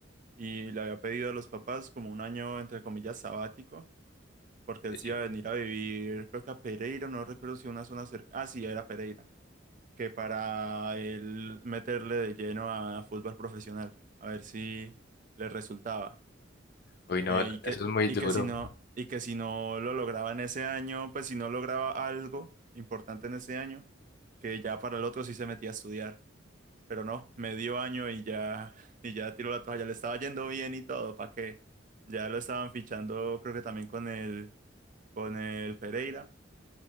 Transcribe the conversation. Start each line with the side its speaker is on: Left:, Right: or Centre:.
Right: y le había pedido a los papás como un año, entre comillas, sabático, porque
Left: sí,
Right: él sí
Left: sí.
Right: iba a venir a vivir, creo que a Pereira, no recuerdo si una zona cerca, ah, sí, era Pereira, que para él meterle de lleno a fútbol profesional, a ver si le resultaba.
Left: uy, no,
Right: Eh,
Left: eso
Right: y que,
Left: eso es muy
Right: y
Left: duro.
Right: que si no, y que si no lo lograba en ese año, pues si no lograba algo importante en ese año, que ya para el otro sí se metía a estudiar. Pero no, medio año y ya, <laughs> y ya tiró la toalla. Le estaba yendo bien y todo, ¿para qué? Ya lo estaban fichando, creo que también con el, con el Pereira.